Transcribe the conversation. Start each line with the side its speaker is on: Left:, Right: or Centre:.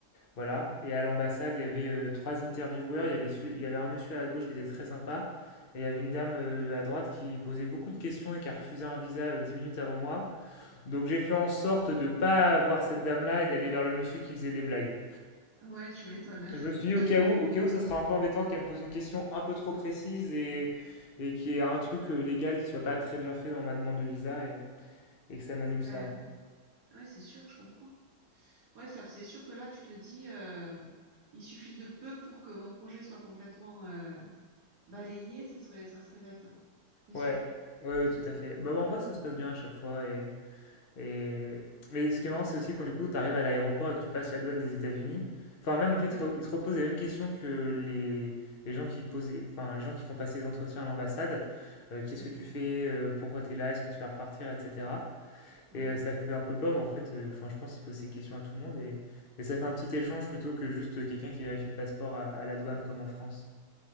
Left: voilà. Et à l'ambassade, il y avait euh, trois intervieweurs. Il y avait, su- il y avait un monsieur à gauche qui était très sympa. Et il y avait une dame euh, à droite qui posait beaucoup de questions et qui a refusé un visa euh, dix minutes avant moi. Donc j'ai fait en sorte de pas voir cette dame-là et d'aller vers le monsieur qui faisait des blagues.
Right: ouais, tu m'étonnes.
Left: Je me suis
Right: <laughs>
Left: dit au cas où, au cas où, ça sera un peu embêtant qu'elle me pose une question un peu trop précise et, et qu'il y ait un truc euh, légal qui soit pas très bien fait dans ma demande de visa et, et que ça m'annule
Right: Ben
Left: ça.
Right: oui. ouais, c'est sûr, je comprends. Ouais, ça, c'est sûr que là, tu te dis, euh, il suffit de peu pour que mon projet soit complètement euh, balayé. Ce serait, ça serait bête. C'est sûr.
Left: Ouais, ouais, oui,
Right: Mm.
Left: tout à fait. Bah, bah, en vrai, ça se passe
Right: Ouais.
Left: bien à chaque fois. Et, et...
Right: Ouais.
Left: Mais ce qui est marrant, c'est aussi quand du coup, tu arrives à l'aéroport et que tu passes la douane des États-Unis. Enfin, même en fait,
Right: Ouais.
Left: ils te re- ils te reposent les mêmes questions que les, les gens qui posent, les- enfin, les gens qui font passer les entretiens à l'ambassade. Euh, qu'est-ce
Right: Mm.
Left: que tu fais? euh, pourquoi tu es là? Est-ce que tu vas repartir? Etc.
Right: Ouais.
Left: Et heu, ça fait un peu peur, mais en fait, heu, enfin, je pense il pose ces questions à tout le monde et et ça fait un petit échange plutôt que juste, heu, quelqu'un qui vérifie le passeport à à la douane comme en France.